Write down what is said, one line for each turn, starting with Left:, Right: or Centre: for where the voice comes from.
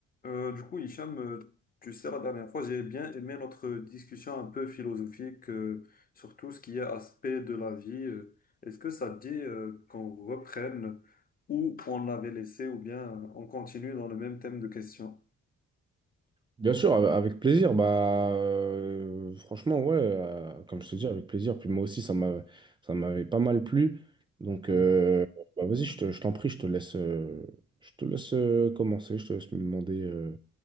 Left: Euh, du coup, Hicham, euh, tu sais, la dernière fois, j'ai bien aimé notre discussion un peu philosophique euh, sur tout ce qui est aspect de la vie. Euh, Est-ce que ça te dit euh, qu'on reprenne où on l'avait laissé ou bien on continue dans le même thème de questions?
Right: Bien sûr, ave- avec plaisir. Bah, euh, franchement, ouais, euh, comme je te dis, avec plaisir. Puis moi aussi, ça m'avait, ça m'avait pas mal plu. Donc,
Left: Mhm.
Right: euh, bah, vas-y, je te- je t'en prie, je te laisse, euh, je te laisse euh, commencer. Je te laisse me demander, euh,